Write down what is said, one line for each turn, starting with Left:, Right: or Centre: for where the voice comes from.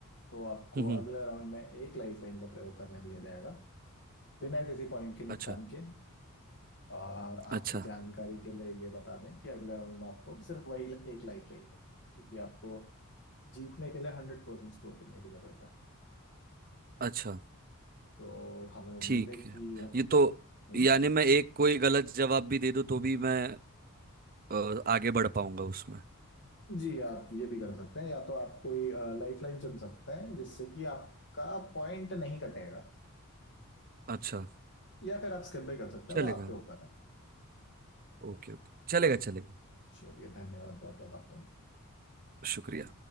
Left: तो आपको
Right: हम्म,
Left: अगले राउंड में एक लाइफलाइन का प्रयोग करने दिया जाएगा बिना किसी पॉइंट के नुकसान
Right: अच्छा
Left: के और आपकी
Right: अच्छा
Left: जानकारी के लिए ये बता दें कि अगले राउंड में आपको सिर्फ वही एक लाइफलाइन मिलेगी क्योंकि आपको जीतने के लिए हंड्रेड परसेंट स्कोर करने की जरूरत है
Right: अच्छा
Left: तो हमें उम्मीद
Right: ठीक
Left: है कि
Right: है ये तो
Left: हम्म,
Right: यानी मैं एक कोई गलत जवाब भी दे दूं तो भी मैं अ, आगे बढ़ पाऊंगा उसमें
Left: जी आप ये भी कर सकते हैं या तो आप कोई लाइफ लाइन चुन सकते हैं जिससे कि आपका पॉइंट नहीं कटेगा
Right: अच्छा
Left: या फिर आप स्किप भी कर सकते हैं
Right: चलेगा
Left: वो आपके ऊपर है
Right: ओके ओके चलेगा चलेगा
Left: चलिए धन्यवाद बहुत बहुत आपका
Right: शुक्रिया